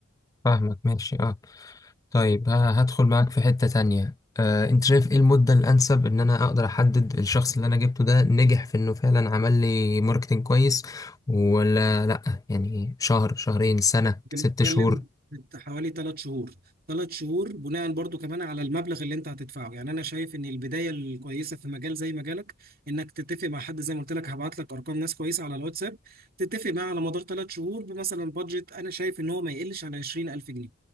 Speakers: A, on the left; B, on the right.
A: فاهمك ماشي اه طيب ه- هدخل معاك في حتة تانية آه، انت شايف ايه المدة الانسب ان انا اقدر احدد الشخص اللي انا جبته ده نجح في انه فعلا عمل لي ماركتينج كويس ولا لا يعني شهر شهرين سنة
B: بنتكلم
A: ست شهور
B: في حوالي ثلاث شهور ثلاث شهور بناء برضو كمان على المبلغ اللي انت هتدفعه يعني انا شايف ان البدايه الكويسه في مجال زي مجالك انك تتفق مع حد زي ما قلت لك هبعت لك ارقام ناس كويسه على الواتساب تتفق معاه على مدار ثلاث شهور بمثلا بادجت انا شايف ان هو ما يقلش عن 20000 جنيه